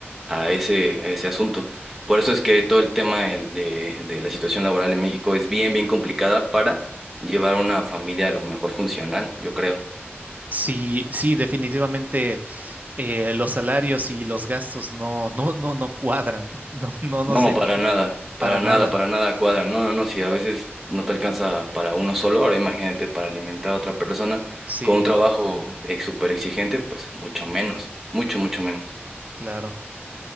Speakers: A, in the centre; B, on the right (about 40°).
A: a ese, a ese asunto. Por eso es que todo el tema del- de, de la situación laboral en México es bien, bien complicada para llevar una familia a lo mejor funcional, yo creo.
B: Sí, sí, definitivamente eh, los salarios y los gastos no, no, no, no cuadran, <laughs> no, no, no
A: No,
B: sé,
A: para nada,
B: para
A: para
B: nada.
A: nada, para nada cuadra. No, no, no, si a veces no te alcanza para uno solo, ahora imagínate para alimentar a otra persona
B: Sí.
A: con un trabajo ex, súper exigente, pues mucho menos, mucho, mucho menos.
B: Claro.